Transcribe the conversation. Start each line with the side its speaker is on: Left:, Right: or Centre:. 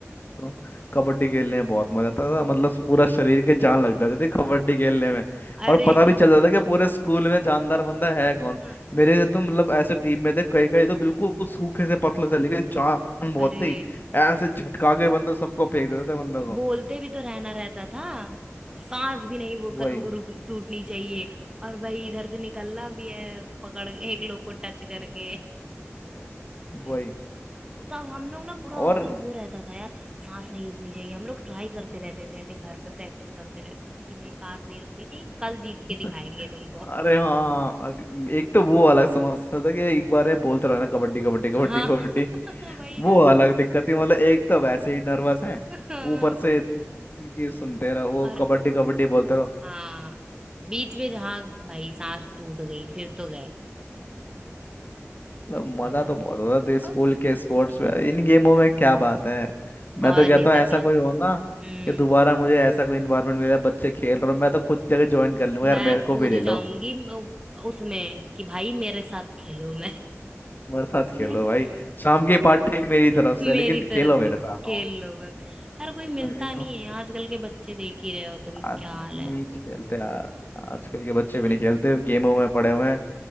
Left: तो कबड्डी खेलने में बहुत मजा आता
Right: बहुत
Left: था मतलब पूरा शरीर के जान लग जाती थी कबड्डी खेलने में और
Right: अरे
Left: पता भी चल जाता था कि पूरे स्कूल में जानदार बंदा है कौन
Right: <laughs>
Left: मेरे तो मतलब ऐसे टीम में थे कई कई तो बिल्कुल सूखे से पतले थे लेकिन जान बहुत
Right: अरे
Left: थी ऐसे झटका के बंदा सबको फेंक देता था बंदा को
Right: बोलते भी तो रहना रहता था सांस भी नहीं वो
Left: वही
Right: क- रुक टूटनी चाहिए और भाई इधर से निकलना भी है पकड़ एक लोग को टच करके भाई
Left: वही
Right: साहब तो अब हम लोग ना पूरा
Left: और
Right: एकदम वो रहता था यार सांस नहीं रुकनी चाहिए हम लोग ट्राई करते रहते थे ऐसे घर पे प्रैक्टिस करते रहते थे कि भाई सांस नहीं रुकनी चाहिए कल जीत
Left: <laughs>
Right: के दिखाएंगे तुमको
Left: अरे हाँ अग- एक तो वो अलग समस्या था कि एक बार में बोलते रहना कबड्डी कबड्डी कबड्डी
Right: हाँ
Left: कबड्डी
Right: <laughs> भाई ना
Left: वो अलग दिक्कत थी मतलब एक तो वैसे ही नर्वस है
Right: हाँ
Left: ऊपर से इनकी सुनते रहो वो
Right: और
Left: कबड्डी कबड्डी बोलते रहो
Right: हाँ बीच में जहाँ भाई सांस टूट गई फिर तो गए
Left: मतलब
Right: मजा
Left: मजा तो बहुत होता था स्कूल
Right: हाँ।
Left: के स्पोर्ट्स
Right: <laughs>
Left: में इन गेमों में क्या बात है मैं
Right: और
Left: तो कहता
Right: नहीं
Left: हूँ
Right: तो
Left: ऐसा
Right: क्या
Left: कोई हो ना
Right: हम्म
Left: कि दोबारा मुझे ऐसा कोई इन्वायरमेंट मिले बच्चे खेल रहे हो मैं तो खुद जगह ज्वाइन कर लूंगा यार
Right: मैं
Left: मेरे को
Right: कूद
Left: भी ले लो
Right: जाऊंगी म- उसमें कि भाई मेरे साथ खेलो मैं
Left: मेरे साथ खेलो
Right: <laughs>
Left: भाई शाम की पार्टी मेरी तरफ से
Right: मेरी
Left: लेकिन खेलो
Right: तरफ
Left: मेरे
Right: से
Left: साथ
Right: खेल
Left: हाँ
Right: लो बस यार कोई मिलता
Left: वही
Right: नहीं है आजकल के बच्चे देख ही रहे हो तुम
Left: आज
Right: क्या हाल है
Left: नहीं खेलते यार आजकल के बच्चे भी
Right: सब
Left: नहीं खेलते गेमों में पड़े हुए हैं